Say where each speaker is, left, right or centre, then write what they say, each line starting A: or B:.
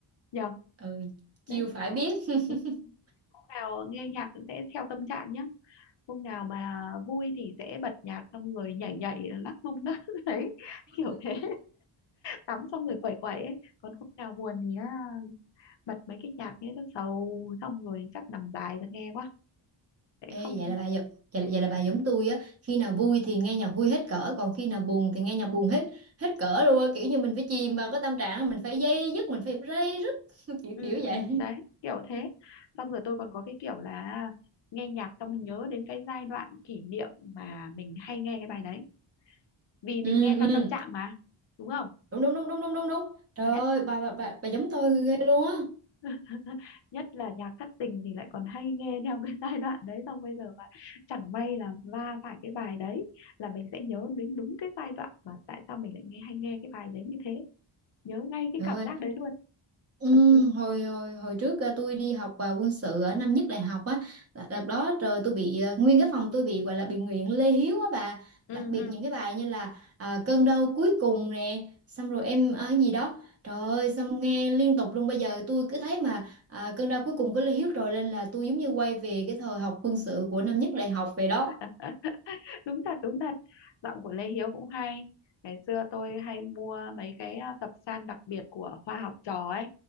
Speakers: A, on the left; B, on the right.
A: nhở
B: Ừ, chiêu
A: đấy
B: phải biết. <laughs>
A: Ừ, hôm nào nghe nhạc sẽ theo tâm trạng nhá hôm nào mà vui thì sẽ bật nhạc xong rồi nhảy nhảy lắc mông đó <laughs> đấy kiểu thế tắm xong rồi quẩy quẩy ấy còn hôm nào buồn thì à, bật mấy cái nhạc nghe nó sầu xong rồi chắc nằm dài ra nghe quá sẽ
B: Ê,
A: không
B: vậy là bà giống vậy, là- vậy là bà giống tôi á khi nào vui thì nghe nhạc vui hết cỡ còn khi nào buồn thì nghe nhạc buồn hết hết cỡ luôn á kiểu như mình phải chìm vào cái tâm trạng mình phải dây dứt mình phải dây dứt <laughs> kiểu
A: ừ
B: kiểu vậy
A: ừ đấy kiểu thế xong rồi tôi còn có cái kiểu là à, nghe nhạc xong nhớ đến cái giai đoạn kỷ niệm mà mình hay nghe cái bài đấy vì
B: ừ
A: mình nghe theo
B: ừ
A: tâm trạng mà đúng không
B: đúng đúng đúng đúng đúng đúng đúng trời ơi
A: nhất
B: bà bà bà, bà giống tôi ghê luôn á
A: <laughs> nhất là nhạc thất tình thì lại còn hay nghe theo cái <laughs> giai đoạn đấy xong bây giờ mà chẳng may là va phải cái bài đấy là mình sẽ nhớ đến đúng cái giai đoạn mà tại sao mình lại nghe hay nghe cái bài đấy như thế nhớ ngay cái
B: Trời
A: cảm
B: ơi,
A: giác đấy luôn
B: Ừ,
A: thật sự
B: hồi hồi hồi trước ờ, tôi đi học ờ, quân sự ở năm nhất đại học á là- đợt đó trời tôi bị ờ, nguyên cái phòng tôi bị gọi là bị nguyện Lê Hiếu á bà
A: ừ
B: đặc biệt
A: ừ
B: những cái bài như là à, cơn đau cuối cùng nè xong rồi em ờ, gì đó trời ơi xong nghe liên tục luôn bây giờ tôi cứ thấy mà à, cơn đau cuối cùng của Lê Hiếu rồi lên là tôi giống như quay về cái thời học quân sự của năm nhất đại học về đó
A: <laughs> đúng thật đúng thật giọng của Lê Hiếu cũng hay ngày xưa tôi hay mua mấy cái à, tập san đặc biệt của Hoa học trò ấy